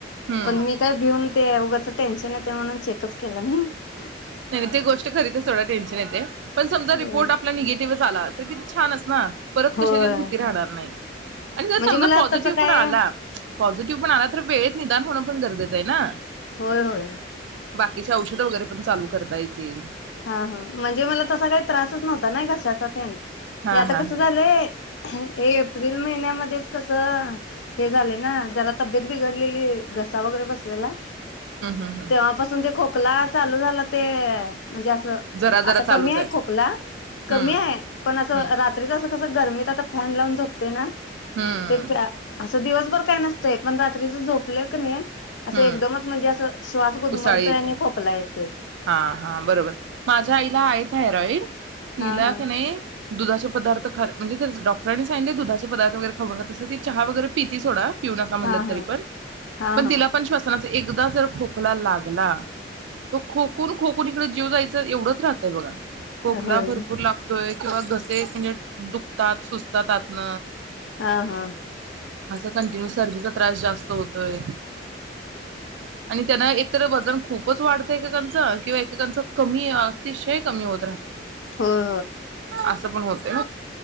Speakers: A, on the right (about 80°); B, on the left (about 80°).
A: हम्म
B: पण मी काय भिऊन.. ते उगच टेनशन येत. ते म्हणून चेकअप केलं नाही. <inaudible>
A: तरी ती गोष्ट खरी तर सोडा टेन्शन येतय पण समजा
B: होय
A: रिपोर्ट आपला निगेटिव्हच आला किती छानच ना परत
B: होय
A: कशाचीच भीती राहणार नाही आणि जर
B: म्हणजे
A: समजा
B: मला
A: पॉझिटिव्ह
B: तसं काय
A: पण आला पॉझिटीव्ह पण आहात तर वेळेत निदान होणं पण गरजे <inaudible> ना
B: होय होय.
A: त्याची औषध वगैरे पण चालू करता येतील
B: हा हा म्हणजे मला तसा काही त्रासच नव्हता नाय घशाचा तेन
A: हा
B: हे आता
A: हा हा हम्म
B: कस झालंय हे एप्रिल महिन्यामध्येच कस हे झालंय ना जरा तब्येत बिघडलेली घसा वगैरे बसलेला
A: हम्म हम्म
B: तेव्हापासून ते खोकला चालू झाला ते म्हणजे असं
A: जरा जरा
B: आता कमी
A: चालूच
B: आहे खोकला कमी
A: हम्म
B: हाय पण असं
A: हम्म
B: रात्रीच असं कस गर्मीत आता फॅन लावून झोपतोय ना
A: हम्म
B: ते दिवसभर काय नसतय पण रात्रीच झोपल क नई असं
A: हम्म
B: एकदमच म्हणजे असं श्वास गुदमरतोय
A: उसाळी येते
B: आणि खोकला येतय
A: हा हा माझ्या आईला आहे थायरॉईड तिला
B: हा हा
A: क नाय दुधाचे पदार्थ खाण्या म्हणजे ते डॉक्टरांनीच <inaudible> दुधाचे पदार्थ वगैरे खाऊ नका तशी ती चहा वगैरे पिती सोडा पिऊ नका म्हटल
B: हा
A: तरी
B: हा
A: पण
B: हां,
A: पण
B: हां.
A: तिला श्वसनाचा एकदा जर खोकला लागला तो खोकून खोकून इकड जीव जायच एवढच राहतय बघा खोकला
B: होय.
A: भरपूर लागतोय. किंवा घसे म्हणजे दुखतात सुजतात आतन
B: हा हं
A: असं कंटिन्यू सर्दीचा त्रास जास्त होतोय. आणि त्यांना एकतर वजन खूप <inaudible> वाढतय का काय कच्च किंवा एकेकांचा कमी तिशय कमी होत राहतय
B: होय,
A: असं पण होत <unintelligible>